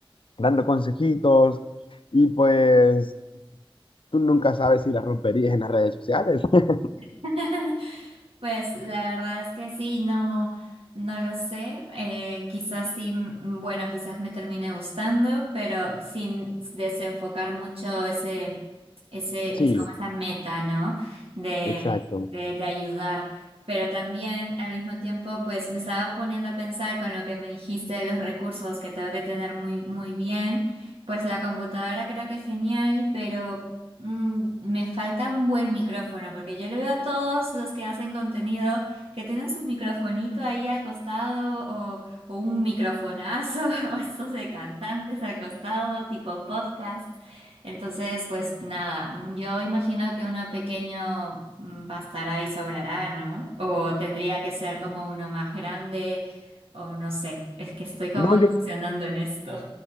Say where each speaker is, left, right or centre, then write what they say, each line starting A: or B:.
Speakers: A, on the left (about 65°); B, on the right (about 80°).
A: dando consejitos. Y pues tú nunca sabes si las romperías en las redes sociales. <laughs>
B: <laughs> Pues la verdad es que sí, no, no lo sé. Eh, quizás sí, mm, bueno, quizás me termine gustando, pero sin desenfocar mucho ese, ese,
A: Sí,
B: es como esa meta, ¿no? De,
A: exacto.
B: de, de ayudar. Pero también al mismo tiempo, pues me estaba poniendo a pensar con lo que me dijiste de los recursos que tengo que tener muy, muy bien. Pues la computadora creo que es genial, pero Mm, me falta un buen micrófono, porque yo le veo a todos los que hacen contenido que tienen su microfonito ahí al costado o, o un microfonazo <laughs> o estos de cantantes al costado, tipo podcast. Entonces, pues nada, mm, yo imagino que uno pequeño mm, bastará y sobrará, ¿no? O tendría que ser como uno más grande, o no sé, es que estoy como
A: No,
B: incursionando
A: yo,
B: en esto.